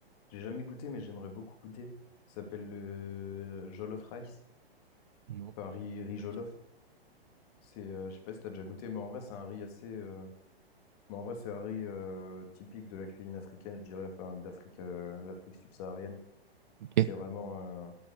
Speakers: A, on the left; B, on the right.
A: J'ai jamais goûté, mais j'aimerais beaucoup goûter. Ça s'appelle le jollof rice.
B: Non,
A: Enfin, riz, riz jollof.
B: ça me dit
A: C'est, euh, je sais pas si t'as déjà goûté, mais en vrai, c'est un riz assez. euh, mais en vrai, c'est un riz euh, typique de la cuisine africaine, je dirais, enfin, d'Afrique, euh, l'Afrique subsaharienne.
B: rien.
A: C'est
B: Ok,
A: vraiment. euh,